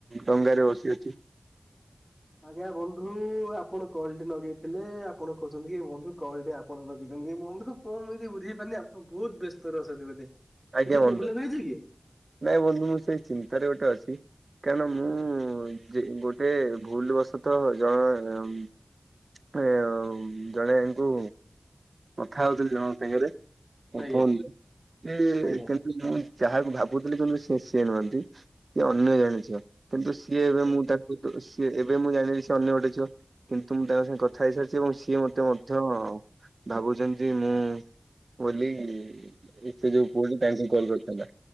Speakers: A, on the right (about 80°); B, in the centre.
A: ଡଙ୍ଗାରେ ବସିଅଛି।
B: ଆଜ୍ଞା ବନ୍ଧୁ ଆପଣ କଲଟି ଲଗେଇଥିଲେ ଆପଣ କହୁଛନ୍ତି କି ବନ୍ଧୁ କଲଟି ଆ କଣ ରଖିଛନ୍ତି ବନ୍ଧୁ କଣ ମୁଁ ବଝି ପାରୁନି ଆପଣ ବହୁତ ବେ ବେସ୍ତରେ ଅଛନ୍ତି କିଛି
A: ଆଜ୍ଞା ବନ୍ଧୁ
B: ପ୍ରୋବ୍ଲେମ ହେଇଛି କି?
A: ନାଇଁ ବନ୍ଧୁ ମୁଁ ସେଇ ଚିନ୍ତାରେ ଗୋଟେ ଅଛି। କାହିଁ ନା ମୁଁ ଯେ ଗୋଟେ ଭୁଲବଶତଃ ଜଣେ ଏ ଜଣେଙ୍କୁ କଥା ହଉଥିଲି ଜଣଙ୍କ ସାଙ୍ଗରେ। <inaudible>
B: ଆଜ୍ଞା
A: ସେ
B: ଆଜ୍ଞା
A: କିନ୍ତୁ ମୁଁ ଯାହାକୁ ଭାବୁଥିଲି କିନ୍ତୁ ସେ ସିଏ ନୁହନ୍ତି। ସିଏ ଅନ୍ୟ ଜାଣିଛ କିନ୍ତୁ ସିଏ ଏବେ ମୁଁ ତାଙ୍କୁ ସିଏ ଏବେ ମୁଁ ଜାଣିବି ସିଏ ଅନ୍ୟ ଗୋଟେ ଝିଅ। କିନ୍ତୁ ମୁଁ ତାଙ୍କ ସାଙ୍ଗେ କଥା ହେଇସାରିଛି ଏବଂ ସିଏ ମତେ ମଧ୍ୟ ଭାବୁଛନ୍ତି ଯେ ମୁଁ ବୋଲି। ସେ ଯୋଉ ପୁଅ ତାଙ୍କୁ କଲ୍ କରିଥିଲା